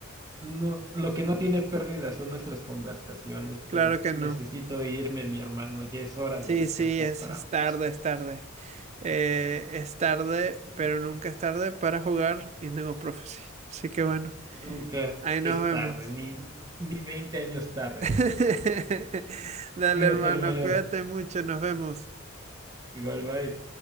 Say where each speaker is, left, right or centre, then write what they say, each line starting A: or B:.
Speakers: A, on the right; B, on the right.
A: no, lo que no tiene pérdida son nuestras conversaciones, pero
B: Claro que
A: necesito
B: no.
A: irme, mi hermano, ya es hora
B: Sí,
A: de descansar
B: sí, es,
A: para
B: es
A: ambos.
B: tarde, es tarde. Eh, es tarde, pero nunca es tarde para jugar Indigo Prophecy. Así que bueno,
A: nunca
B: ahí
A: es
B: nos vemos.
A: tarde, ni, ni 20 años tardes.
B: <laughs> Dale,
A: Cuídate,
B: hermano,
A: hermano.
B: cuídate mucho, nos vemos.
A: Igual, bye.